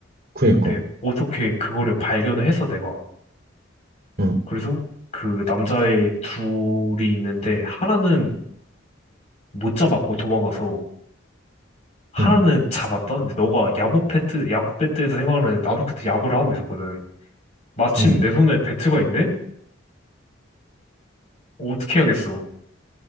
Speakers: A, on the right (about 50°); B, on the left (about 35°).
A: 그니까,
B: 근데 어떻게 그거를 발견을 해서 내가.
A: 응
B: 그래서 그 남자의 둘이 있는데, 하나는 못 잡았고 도망가서, 하나는
A: 응
B: 잡았다? 근데 너가 야구 배트, 야구 배트에서 생각하는, 나도 그때 야구를 하고 있었거든. 마침
A: 응
B: 내 손에 배트가 있네? 어떻게 해야겠어?